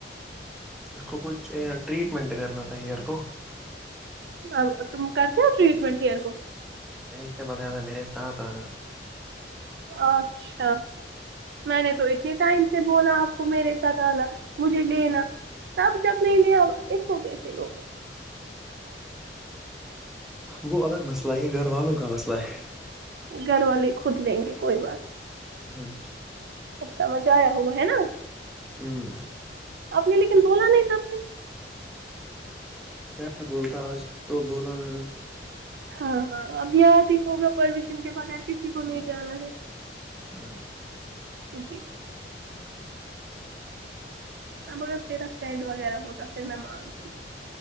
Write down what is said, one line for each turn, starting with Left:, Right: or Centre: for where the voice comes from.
Centre: اس کو کچھ ٹریٹمنٹ کرنا تھا ایئر کو
Right: اب تم کرتے ہو ٹریٹمنٹ ہیئر کو
Centre: نہیں اس سے بتیا تھا میرے ساتھ آنا
Right: اچھا میں نے تو اتنے ٹائم سے بولا آپ کو میرے ساتھ آنا مجھے لینا تب جب نہیں لیا اس کو کیسے لوگ
Centre: وہ الگ مسئلہ ہے گھر والوں کا مسئلہ ہے
Right: گھر والے خود لیں گے کوئی بات نہیں
Centre: ہاں جی
Right: اب سمجھ آیا ہوا ہے نا
Centre: ہوں
Right: اپ نے لیکن بولا نہیں تب سے
Centre: کیا بولتا آج تو بولا میں نے
Right: ہاں ہاں اب د ہی ہوگا پرمیشن کے بغیر کسی کو نہیں جانا ہے
Centre: ہاں جی
Right: ج جی ہاں ب میرا فرینڈ وغیرہ ہوتا پھر میں مانتی